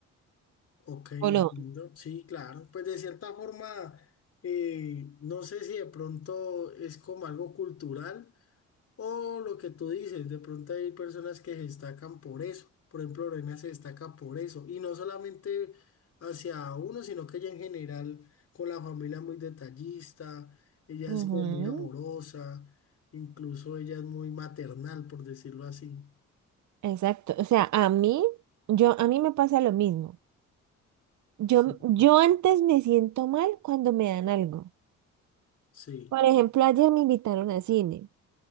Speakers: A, on the left; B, on the right.
A: Ok, entiendo.
B: ¿o no?
A: Sí, claro. Pues de cierta forma, eh, no sé si de pronto es como algo cultural O lo que tú dices, de pronto hay personas que se destacan por eso. Por ejemplo, Lorena se destaca por eso. Y no solamente hacia uno, sino que ella en general con la familia es muy detallista, ella es
B: Ujú,
A: como muy amorosa, incluso ella es muy maternal, por decirlo así.
B: Exacto. O sea, a mí, yo, a mí me pasa lo mismo. Yo,
A: Sí,
B: yo antes me siento mal cuando me dan algo.
A: sí,
B: Por ejemplo, ayer me invitaron al cine